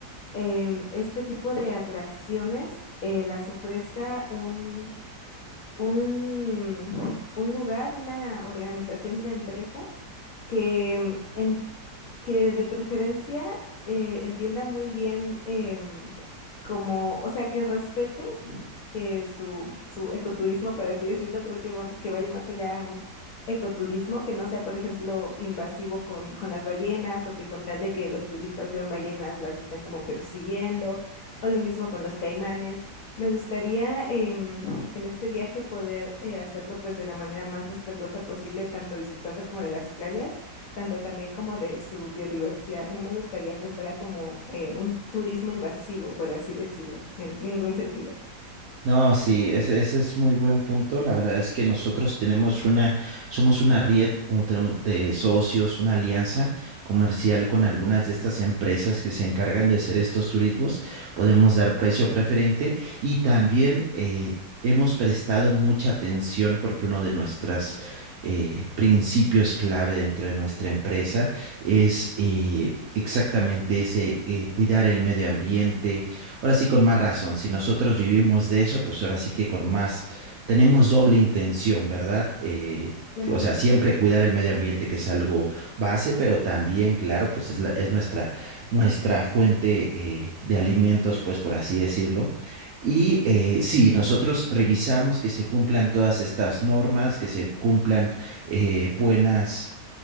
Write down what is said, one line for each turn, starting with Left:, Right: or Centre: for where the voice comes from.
Left: em, este tipo de atracciones eh, las ofrezca un, un, un lugar, una organización, una empresa que em, en que de preferencia eh, entienda muy bien em, como, o sea, que respete que su, su ecoturismo, por así decirlo, creo que, va- que vaya más allá a un ecoturismo, que no sea, por ejemplo, invasivo con, con las ballenas o que con tal de que los turistas vean ballenas las estén como persiguiendo, o lo mismo con los caimanes. Me gustaría em, en este viaje poder eh, hacerlo pues de la manera más respetuosa posible, tanto disfrutando como de las playas tanto también como de su biodiversidad. No me gustaría que fuera como eh, un turismo invasivo, por así decirlo, en ningún sentido.
Right: No, sí, ese, ese es muy buen punto. La verdad es que nosotros tenemos una, somos una red o tenemos de socios, una alianza comercial con algunas de estas empresas que se encargan de hacer estos turismos. Podemos dar precio preferente y también eh, hemos prestado mucha atención porque uno de nuestros principios clave dentro de nuestra empresa es... eh, Exactamente ese, eh, cuidar el medio ambiente, ahora sí con más razón, si nosotros vivimos de eso, pues ahora sí que con más, tenemos doble intención, ¿verdad? Eh,
Left: Claro,
Right: o sea, siempre cuidar el medio ambiente, que es algo base, pero también, claro, pues es, la- es nuestra, nuestra fuente eh, de alimentos, pues por así decirlo. Y eh, sí, nosotros revisamos que se cumplan todas estas normas, que se cumplan eh, buenas